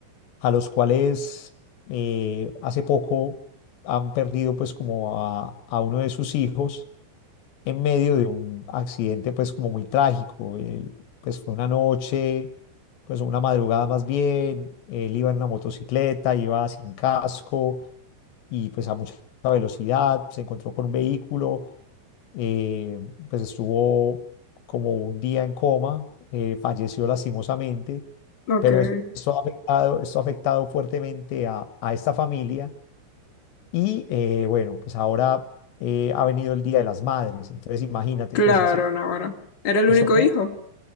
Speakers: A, on the left; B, on the left.
A: a los cuales eh, hace poco han perdido pues como a, a uno de sus hijos en medio de un accidente pues como muy trágico. Él, pues fue una noche, pues una madrugada más bien, él iba en una motocicleta, iba sin casco y pues a mucha velocidad, se encontró con un vehículo eh, pues estuvo como un día en coma, eh, falleció lastimosamente,
B: ok.
A: pero es- esto ha afectado, esto ha afectado fuertemente a, a esta familia y eh, bueno, pues ahora eh, ha venido el Día de las Madres, entonces imagínate,
B: Claro,
A: pues hace
B: Navarra. ¿Era el
A: eso,
B: único
A: ju-
B: hijo?